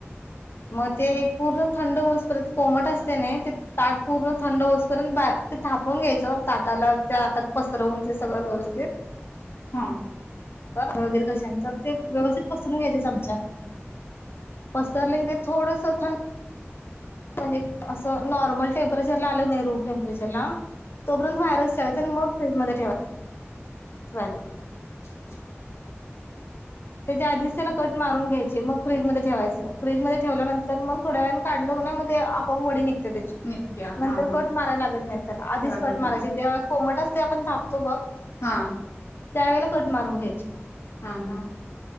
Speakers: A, on the left; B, on the left.
A: मग ते एक पूर थंड होतपर्यंत कोमट असते ना ते ताट पूर्ण थंड होतपर्यंत ते थापून घ्यायचं ताटाला त्या आटात पसरवून ते सगळं व्यवस्थित
B: हा
A: वगैरे कशंतर ते व्यवस्थित पसरून घ्यायचे चमचा नाही पसरले की ते थोडस थं म्हणजे असं नॉर्मल टेम्परेचर ला आलं नाही रूम टेम्परेचरला तोपर्यंत व्हायरस मग फ्रीज मध्ये ठेवावायला
B: <inaudible>
A: त्याच्या आधीच त्याला कट मारून घ्यायची मग फ्रीजमध्ये ठेवायचं फ्रीजमध्येध्ये ठेवल्यानंतर मग थोड्या वेळने काढलं ना मग ते आपोप वडी निघ त्याची
B: निघत्या
A: नंतर
B: हां हां
A: कट मारायला लागत नाही त्याला आधीच
B: लागत
A: कट
B: नाही
A: मारायची ते्हा कोमटच ते आपण तापतो बघ
B: हा
A: त्यावेेळेला कट मारून घ्यायचे
B: हा हा